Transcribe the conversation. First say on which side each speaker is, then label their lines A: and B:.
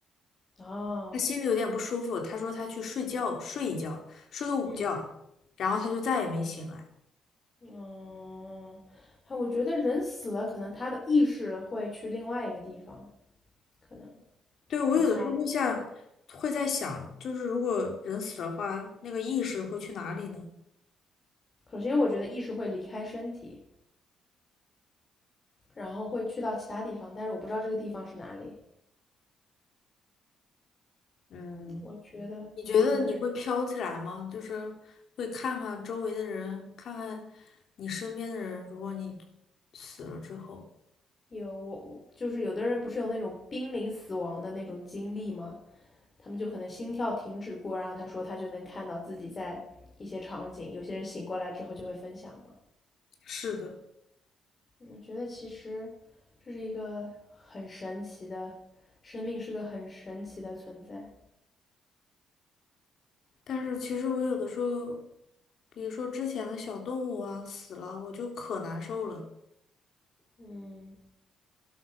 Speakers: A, on the left; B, on the left.
A: 啊，
B: 她心里有点不舒服，她说她去睡觉睡一觉，睡个午觉，
A: 嗯。
B: 然后她就再也没醒来。
A: 嗯，还我觉得人死了，可能他的意识会去另外一个地方，可能
B: 对，我有的时候会像，
A: 我猜的。
B: 会在想，就是如果人死了的话，那个意识会去哪里呢？
A: 首先，我觉得意识会离开身体，然后会去到其他地方，但是我不知道这个地方是哪里。
B: 嗯，
A: 我觉得可能是
B: 你觉得你会飘起来吗？就是会看看周围的人，看看你身边的人，如果你死了之后。
A: 有我我就是有的人不是有那种濒临死亡的那种经历吗？他们就可能心跳停止过，然后他说他就能看到自己在一些场景，有些人醒过来之后就会分享嘛。
B: 是的，
A: 嗯我觉得其实这是一个很神奇的，生命是个很神奇的存在。
B: 但是其实我有的时候，比如说之前的小动物啊死了，我就可难受了。
A: 嗯，